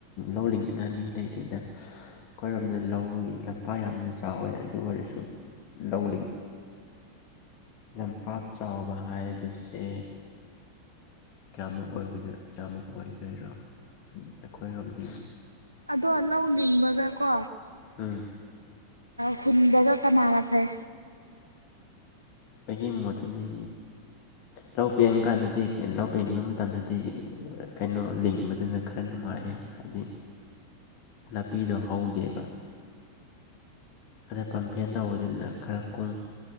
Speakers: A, on the left; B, on the right.
A: ꯂꯧꯉꯥ ꯃꯤ ꯂꯩꯇꯦꯗ ꯑꯩꯈꯣꯏꯔꯣꯝꯗ ꯂꯧ ꯂꯝꯄꯥꯛ ꯌꯥꯝꯅ ꯆꯥꯎꯋꯦ ꯑꯗꯨ ꯑꯣꯏꯔꯁꯨ ꯂꯧ ꯂꯝꯄꯥꯛ ꯆꯥꯎꯕ ꯍꯥꯏꯕꯁꯦ ꯀꯌꯥꯃꯨꯛ ꯀꯌꯥꯃꯨꯛ ꯑꯣꯏꯗꯣꯏꯔꯣ ꯑꯩꯈꯣꯏꯔꯣꯝꯗꯤ
B: ꯑꯗꯣ ꯂꯧ ꯂꯤꯡꯕꯒ ꯀꯣ
A: ꯎꯝ
B: ꯍꯨꯟꯕꯒ ꯀꯅꯅ ꯐꯩ
A: ꯑꯩꯒꯤ ꯃꯣꯠꯇꯗꯤ ꯂꯧ ꯄꯦꯡꯉꯀꯥꯟꯗꯗꯤ ꯂꯧ ꯄꯦꯡꯕ ꯃꯇꯝꯗꯗꯤ ꯀꯩꯅꯣ ꯂꯤꯡꯕꯗꯨꯅ ꯈꯔ ꯅꯨꯡꯉꯥꯏꯌꯦ ꯍꯥꯏꯗꯤ ꯅꯥꯄꯤꯗꯣ ꯍꯧꯗꯦꯕ ꯑꯗ ꯄꯝꯐꯦꯟ ꯇꯧꯕꯗꯨꯅ ꯈꯔ ꯀꯨꯡ